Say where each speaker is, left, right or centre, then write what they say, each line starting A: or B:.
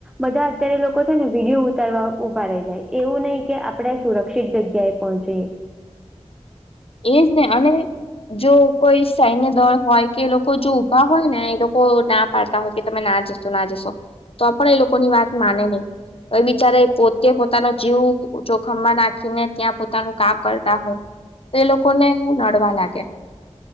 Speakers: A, in the centre; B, on the left.
A: બધા અત્યારે લોકો છે ને વિડીયો ઉતારવા ઉભા રહી જાય, એવું નઈ કે આપડે સુરક્ષિત જગ્યાએ પહોંચીએ.
B: એજ ને અને જો કોઈ સૈન્ય દળ હોય કે એ લોકો જો ઊભા હોય ને એ લોકો ના પાડતા હોય કે તમે ના જશો, ના જશો, તો પણ એ લોકોની વાત માને નઈ. એ બિચારે પોતે પોતાનો જીવ જોખમમાં નાખીને ત્યાં પોતાનું કામ કરતા હોય તો એ લોકોને નડવા લાગે.